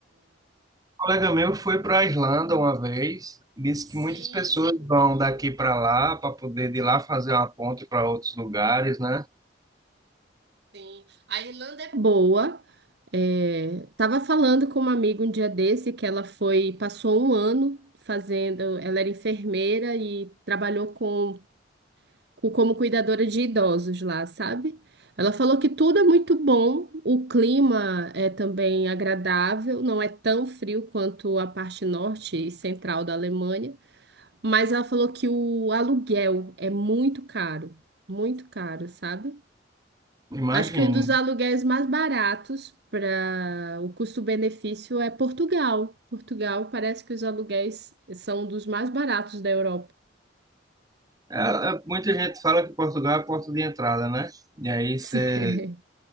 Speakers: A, on the right; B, on the right.
A: Um colega meu foi para a Islândia uma vez, disse
B: Sim,
A: que muitas pessoas vão daqui para lá para poder de lá fazer uma ponte para outros lugares, né?
B: Sim, a Irlanda é boa. É, tava falando com uma amiga um dia desse que ela foi, passou um ano fazendo, ela era enfermeira e trabalhou com, com- como cuidadora de idosos lá, sabe? Ela falou que tudo é muito bom, o clima é também agradável, não é tão frio quanto a parte norte e central da Alemanha, mas ela falou que o aluguel é muito caro, muito caro, sabe?
A: Imagino.
B: Acho que um dos aluguéis mais baratos para o custo-benefício é Portugal. Portugal parece que os aluguéis são um dos mais baratos da Europa.
A: É, é, muita gente fala que Portugal é a porta de entrada, né? E aí
B: <laughs> Sim.
A: você,